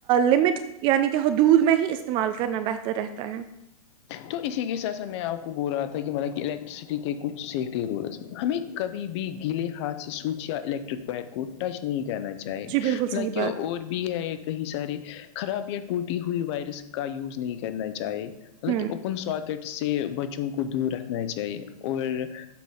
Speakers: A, on the right; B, on the left.
A: لمٹ کے حدود میں ہی استعمال کرنا بہتر رہتا ہے
B: تو اسی کے ساتھ سے میں آپ کو بول رہا تھا کہ مطلب کہ الیکٹریسٹی کے کچھ سفٹی رولز ہیں ہمیں کبھی بھی گیلے ہاتھ سے سوچیا الیکٹرک وائر کو ٹچ نہیں کرنا چاہیے
A: جی بالکل صحیح
B: لائک
A: بات
B: اور بھی ہے کہیں سارے خراب یا ٹوٹی ہوئی وائرس کا یوز نہیں کرنا چاہے مطلب
A: ہوں
B: کہ اوپن ساکٹ سے بچوں کو دور رکھنا چاہیے اور